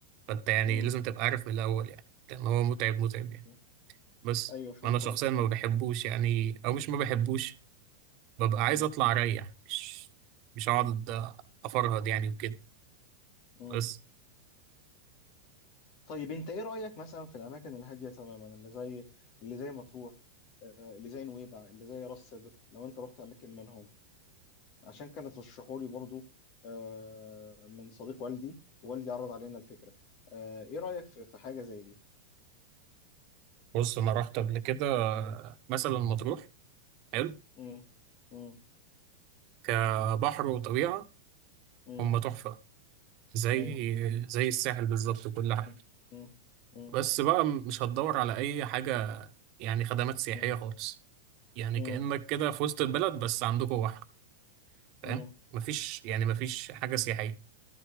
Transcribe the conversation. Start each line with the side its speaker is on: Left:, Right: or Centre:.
Right: فانت يعني
Left: مم.
Right: لازم تبقى عارف من الاول يعني لان هو متعب متعب يعني
Left: مم.
Right: بس
Left: ايوه فهمت
Right: انا شخصيا
Left: قصدك
Right: ما بحبوش يعني او مش ما بحبوش ببقى عايز
Left: مم.
Right: اطلع اريح مش مش
Left: مم.
Right: هقعد افرهد يعني وكده
Left: مم.
Right: بس
Left: طيب انت ايه رأيك مثلا في الاماكن الهادية تماما اللي زي اللي زي مطروح آه، اللي زي نويبع اللي زي راس سدر لو انت رحت اماكن منهم عشان كانت رشحوا لي برضو آه، من صديق والدي والدي عرض علينا الفكرة آه، ايه رأيك في في حاجة زي دي
Right: بص انا رحت قبل كده مثلا مطروح حلو
Left: مم. مم.
Right: كبحر وطبيعه
Left: مم.
Right: هم تحفه زي
Left: ايوه
Right: زي الساحل بالظبط وكل
Left: مم.
Right: حاجه
Left: مم. مم.
Right: بس بقى مش هتدور على اي حاجه يعني خدمات سياحيه
Left: مم.
Right: خالص يعني
Left: مم.
Right: كانك كده في وسط البلد بس عندكم بحر
Left: مم.
Right: فاهم مفيش يعني مفيش حاجه سياحيه